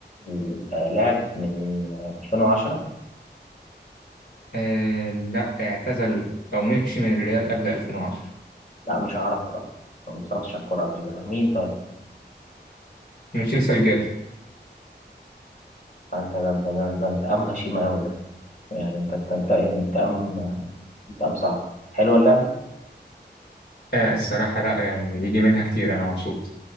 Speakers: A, on the left; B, on the left.
A: مم، آه، لعب من آه، 2010
B: آه لا اعتزل أو مشي من الريال قبل 2010
A: لا مش هعرفه طبعا ما اتفرجتش على الكوره قبل كده مين طيب؟
B: ميشيل سالجادو
A: انت ده انت ده انت انتقام غشيم قوي ده يعني انت بتنتقم انتقام انتقام صعب حلوه اللعبه
B: آه الصراحة لا يعني يجي منها كتير أنا مبسوط